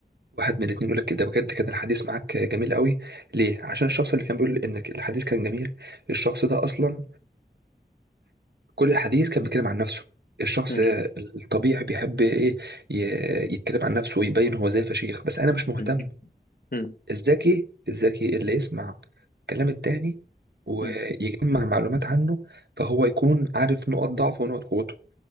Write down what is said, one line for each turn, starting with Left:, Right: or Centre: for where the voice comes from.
Right: من الاتنين يقول لك ده بجد كان الحديث معاك جميل قوي ليه؟ عشان الشخص اللي كان بيقول انك الحديث كان جميل الشخص ده اصلا كل الحديث كان بيتكلم عن نفسه الشخص
Left: مم.
Right: الطبيعي بيحب ايه ي- يتكلم عن نفسه ويبين هو زي فشيخ بس انا مش مهتم
Left: مم. مم.
Right: الذكي الذكي اللي يسمع كلام التاني ويجمع
Left: مم.
Right: معلومات عنه فهو يكون عارف نقط ضعفه ونقط قوته